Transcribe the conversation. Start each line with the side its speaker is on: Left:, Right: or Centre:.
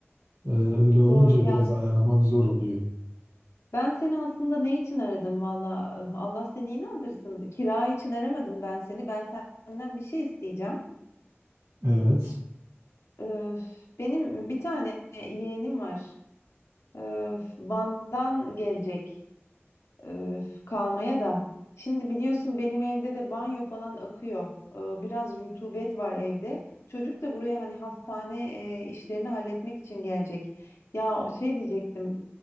Right: Ee, öyle olunca
Left: Doğru ya.
Right: biraz ayarlamak zor oluyor.
Left: Ben seni aslında ne için aradım valla? Allah seni inandırsın. Kira için aramadım ben seni. Ben senden bir şey isteyeceğim.
Right: Evet.
Left: Öf, benim bir tane yeğenim var. Öf, Van'dan gelecek. Öf, kalmaya da. Şimdi biliyorsun benim evde de banyo falan akıyor. Ee, biraz rutubet var evde. Çocuk da buraya hani hastane e, işlerini halletmek için gelecek. Ya şey diyecektim.